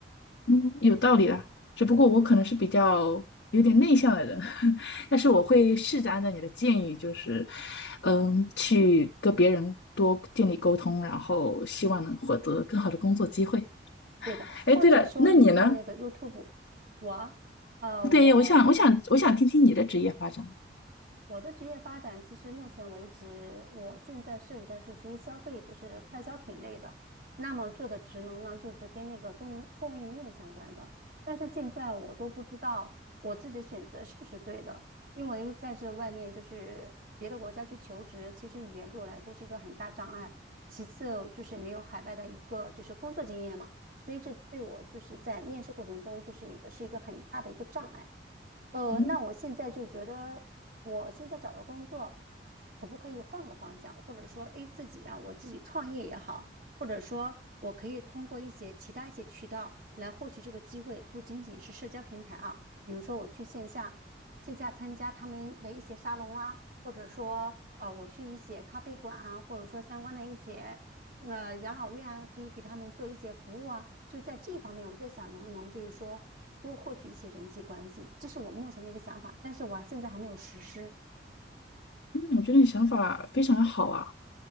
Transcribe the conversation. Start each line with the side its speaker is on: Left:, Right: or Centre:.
Left: 嗯，有道理啦，只不过我可能是比较有点内向的人，<laughs> 但是我会试着按照你的建议，就是，嗯，去跟别人多建立沟通，然后希望能获得更好的工作机会。
Right: 对的，
Left: 哎，
Right: 或者说你用那个
Left: 对了，那你呢？
Right: YouTube，我呃我
Left: 对，我想，我想，我想听听你的职业发展。
Right: 我的职业发展，其实目前为止，我现在涉及的是属于消费，就是快消品类的。那么做的职能呢，就是跟那个供应供应链相关的。但是现在我都不知道我自己的选择是不是对的，因为在这外面就是别的国家去求职，其实语言对我来说是一个很大障碍。其次就是没有海外的一个就是工作经验嘛，所以这对我就是在面试过程中就是一个是一个很大的一个障碍。呃，
Left: 嗯，
Right: 那我现在就觉得，我现在找的工作，可不可以换个方向，或者说，诶，自己呀、我自己创业也好，或者说，我可以通过一些其他一些渠道来获取这个机会，不仅仅是社交平台啊，比如说我去线下，线下参加他们的一些沙龙啊，或者说，呃，我去一些咖啡馆啊，或者说相关的一些呃养老院啊，可以给他们做一些服务啊，就在这方面，我在想能不能就是说。多获取一些人际关系，这是我目前的一个想法，但是我现在还没有实施。
Left: 我觉得你想法非常的好啊。